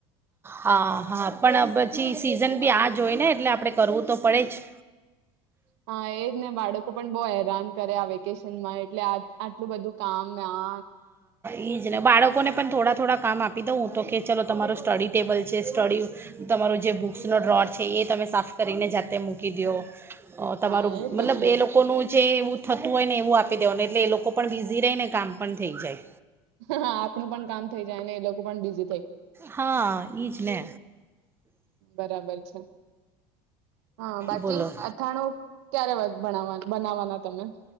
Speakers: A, on the right; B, on the right.
A: હા હા પણ પછી સીઝન બી આ જ હોય ને એટલે આપણે કરવું તો પડે જ
B: હા એજ ને બાળકો પણ બહ હેરાન કરે આ વેકેશનમાં એટલે આટલું બધું કામ ના
A: ઈજ ને બાળકોને પણ થોડા થોડા કામ આપી દઉું <inaudible> તો કે ચલો તમારું સ્ટડી ટેબલ છે સ્ટડી તમારો જે બુક્સનો ડોર છે એ તમે સાફ કરીને જાતે મૂકી દો. અ તમારું
B: હા
A: મતલબ
B: તો છે
A: એ
B: જ
A: લોકોનું જે એવું થતું હોય ને એવું આપી દેવાનું એટલે એ લોકો પણ બીઝી રહી ને કામ પણ થઈ જાય.
B: હા આપણું પણ કામ થઈ જાય ને એ લોકો પણ બીઝ
A: હા છેને
B: બરાબર છે હા બાકી
A: બોલો
B: અથાણું ક્યારે બના બનાવાના તમે